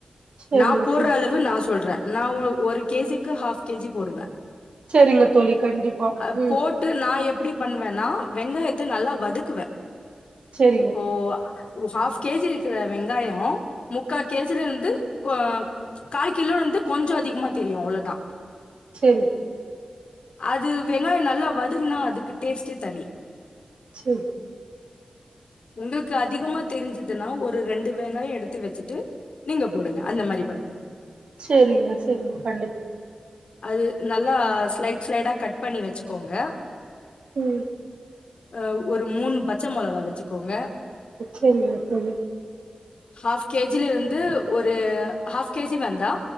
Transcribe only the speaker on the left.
நாம் போடுற
அளவு நா சொல்ற நா ஒ ஒரு கேஜிக்கு ஹாஃப் கேஜி போடுவ
அ
போட்டு நா எப்டி பண்ணுவேன்னா வெங்காயத்த நல்லா வதக்குவ
இப்போ ஆஃப் கேஜி இருக்கிற வெங்காயோ முக்கா கே ஜி ல இருந்து கோ கால்கிலோந்து கொஞ்சோ அதிகமா தெரியு அவ்ளோ தா
அது வெங்காயம் நல்லா வதங்கனா அதுக்கு டேஸ்டே தனி
உங்களுக்கு அதிகமா தெரிஞ்சுதுன்னா ஒரு ரெண்டு வெங்காயம் எடுத்து வச்சுட்டு நீங்களே போடுங்க அந்த மாரி பண்ணுங்க
அது நல்லா ஸ்லைட் ஸ்லைடா கட் பண்ணி வச்சிக்கோங்க
அ ஒரு மூணு பச்ச மொளகா வச்சுக்கோங்க
ஆஃப் கேஜிலருந்து ஒரு ஆஃப் கேஜி வேண்டா